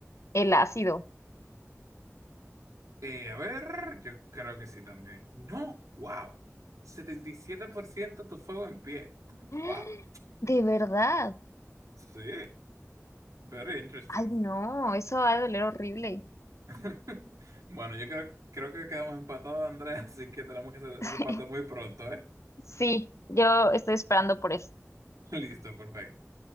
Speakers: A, on the left; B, on the right.
A: el ácido.
B: Eh, a ver, yo creo que sí también. No, wow. setenta y siete por ciento tu fuego en pie.
A: <gasps> ¡Ah!
B: Wow.
A: De verdad.
B: Sí. Very interesting.
A: Ay, no, eso va a doler horrible.
B: <laughs> Bueno, yo creo, creo que quedamos empatados, Andrés, <laughs> así que tenemos que hacer ese
A: <laughs>
B: empate muy pronto, ¿eh?
A: Sí, yo estoy esperando por eso.
B: <laughs> Listo, perfecto.